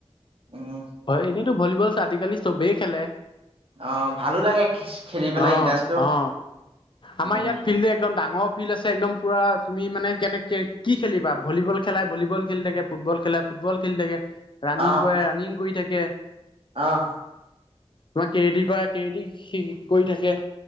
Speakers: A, on the right; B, on the left.
A: উম,
B: হয়, এনেইতো ভলীবল আজিকালি চবেই খেলে।
A: অ', ভালো লাগে খেলি পেলাই
B: অ,
A: ইণ্টাৰেষ্টটো।
B: অ, আমাৰ
A: উম,
B: ইয়াত ফিল্ডটো একদম ডাঙৰ ফিল্ড আছে, একদম পূৰা তুমি মানে কেনেকৈ কি খেলিবা, ভলীবল খেলাই ভলীবল খেলি থাকে, ফুটবল খেলাই ফুটবল খেলি থাকে, ৰানিং
A: অ',
B: কৰে ৰাণিং কৰি থাকে।
A: অ',
B: তোমাক কেডি কৰা কেজি সি কৰি থাকে।